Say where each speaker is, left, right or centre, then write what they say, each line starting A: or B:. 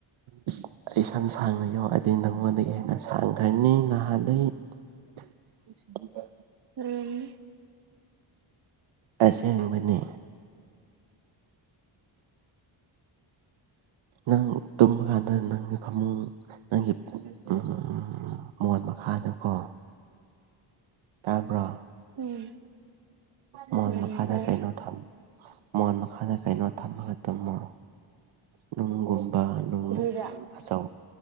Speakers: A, on the right (about 70°); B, on the right (about 50°).
A: ꯑꯁ ꯑꯩ ꯁꯝ ꯁꯥꯡꯅ ꯌꯣꯛꯑꯗꯤ ꯅꯪꯉꯣꯟꯗꯒꯤ ꯍꯦꯟꯅ ꯁꯥꯡꯈ꯭ꯔꯅꯤ ꯅꯍꯥꯟꯗꯒꯤ <unintelligible>
B: <unintelligible> ꯅꯤ
A: ꯑꯁꯦꯡꯕꯅꯦ ꯅꯪ ꯇꯨꯝꯕꯀꯥꯟꯗ ꯅꯪꯒꯤ ꯐꯃꯨꯡ ꯅꯪꯒꯤ ꯎꯝ ꯃꯣꯟ ꯃꯈꯥꯗꯨꯀꯣ ꯇꯥꯕ꯭ꯔꯣ
B: ꯎꯝ
A: ꯃꯣꯟ
B: ꯎꯝ
A: ꯃꯈꯥꯗ
B: ꯇꯥꯏ
A: ꯀꯩꯅꯣ ꯊꯝ ꯃꯣꯟ ꯃꯈꯥꯗ ꯀꯩꯅꯣ ꯊꯝꯃꯒ ꯇꯨꯝꯃꯣ ꯅꯨꯡꯒꯨꯝꯕ ꯅꯨꯡ
B: ꯀꯔꯤꯔ
A: ꯑꯆꯧ